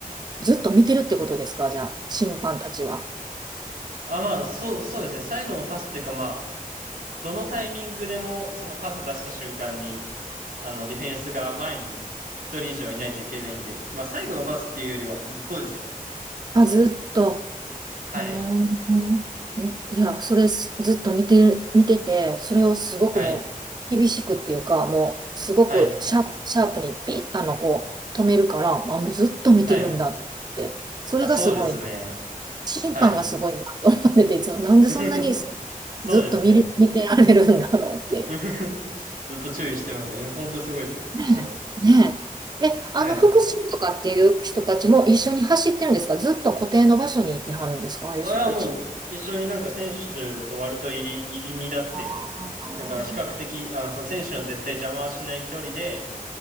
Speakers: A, on the right (about 30°); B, on the right (about 80°).
A: ずっと見てるってことですか、じゃあ、審判たちは。
B: あ、まあ、そう、そうですね。最後のパスっていうか、まあ、どのタイミングでも、そのパス出した瞬間に、あの、ディフェンスが前に一人以上いないといけないんで、まあ、最後のパスっていうよりはずっとですね。
A: あ、ずっと。
B: はい。
A: うーん。うんいや、それすずっと見てる、見てて、それをすごくもう厳しくっていうか、
B: はい。
A: もうすごくシャープ、
B: はい。
A: シャープにピッ、あの、こう止めるから、あ、もうずっと見てるんだって。
B: はい。
A: それがすごいな。
B: あ、そうですね。
A: 審判がすごいなと思ってて、
B: はい。
A: いつもなんでそんなにず
B: <laughs> そうですね。
A: っと見れ、見てられるんだろうっていう。
B: <laughs> ずっと注意してますよね。本当すごいですよねそれは。
A: ねえ。ねえ。え、あの、
B: はい。
A: 福祉とかっていう人たちも一緒に走ってるんですかずっと固定の場所にいてはるんですかああいう人たち
B: あ、いや、もう、一緒になんか選手と割と入り、入り身だって、
A: あー
B: なんか比較的、あの、その選手の絶対邪魔はしない距離で、